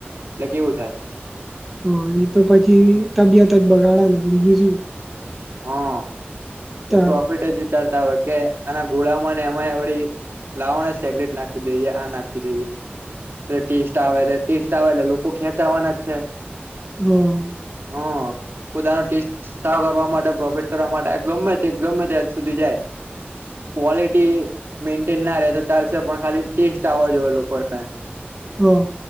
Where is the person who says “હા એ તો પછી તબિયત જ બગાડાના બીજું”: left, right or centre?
Centre